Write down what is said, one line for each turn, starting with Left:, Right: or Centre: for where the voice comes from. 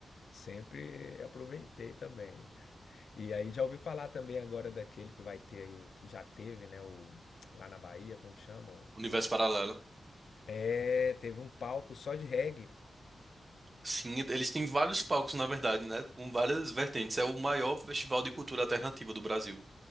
Left: sempre aproveitei também. E aí já ouvi falar também agora daquele que vai ter aí o que já teve, né, o lá na Bahia, como que chama?
Right: Universo Paralelo.
Left: É, teve um palco só de reggae.
Right: Sim, eles têm vários palcos, na verdade, né? Com várias vertentes. É o maior festival de cultura alternativa do Brasil.